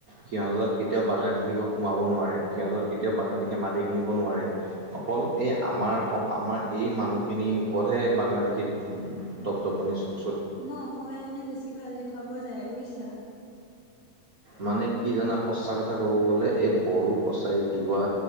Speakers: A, on the right; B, on the left.
A: সিহঁতৰ তাত কেতিয়াও বাংলাদেশী গৈ সোমাব নোৱাৰে, সিহঁতৰ তাত কেতিয়াও বাংলাদেশে মাটি কিনিব নোৱাৰে। অকল এই আমাৰ- আমাৰ এই মানুহখিনিৰ ওপৰতহে বাংলাদেশী দপদপ। শুনিছো।
B: আমাৰ অসমীয়া মানে বেছি ভাল দেখুৱাব যায় বুজিছা।
A: মানে কি জানা সঁচা কথা ক'ব গ'লে, এই বড়ো কছাৰী তিৱা।